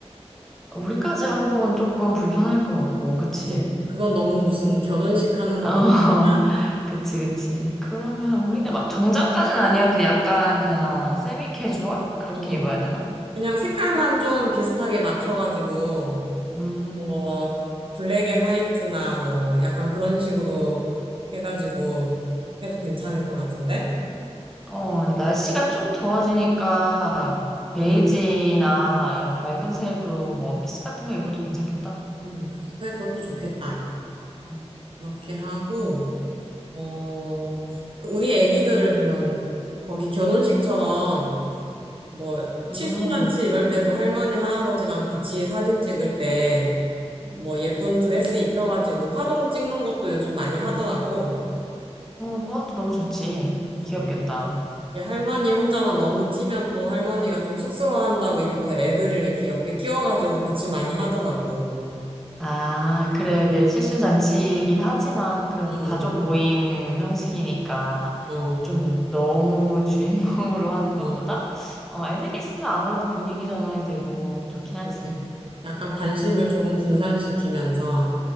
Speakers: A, in the centre; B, on the right.
A: 우리까지 한복은 조금 불편할 것 같고, 그치?
B: 그치? 그건 너무 무슨 결혼식 하는 것
A: 어, <laughs>
B: 같으니까.
A: 그치, 그치. 그러면 우리는 막 정장까지는 아니어도 약간 그냥 세미 캐주얼? 그렇게
B: 어,
A: 입어야 되나?
B: 그냥 색깔만 좀 비슷하게 맞춰가지고
A: 음.
B: 뭐 블랙 앤 화이트나 뭐 약간 그런 식으로 해가지고 해도 괜찮을 것 같은데?
A: 어, 이제 날씨가 좀 더워지니까 베이지나
B: 응,
A: 이런 밝은 색으로 뭐 원피스 같은 거 입어도 괜찮겠다.
B: 응. 그래, 그것도 좋겠다.
A: 음,
B: 그렇게 하고, 어, 그 우리 애기들을 그러면 거기 결혼식처럼 뭐
A: 음.
B: 칠순잔치 이럴 때도 할머니, 할아버지랑 같이 사진 찍을 때 뭐 예쁜 드레스 입혀가지고 화동 찍는 것도 요즘 많이 하더라고.
A: 어, 그것도 너무 좋지.
B: 음.
A: 귀엽겠다.
B: 야, 할머니 혼자만 너무 튀면 또 할머니가 좀 쑥스러워한다고 일부러 애들을 이렇게 옆에 끼워가지고 같이 많이 하더라고.
A: 아, 그래, 이게 칠순잔치이긴 하지만 그래도
B: 음,
A: 가족 모임 형식이니까
B: 어,
A: 좀 너무 <laughs> 주인공으로 하는
B: 어,
A: 것보다 어, 애들이 있으면 아무래도 분위기 전환이 되고 좋긴
B: 그러게.
A: 하지.
B: 약간 관심을
A: 음, 음.
B: 조금 분산시키면서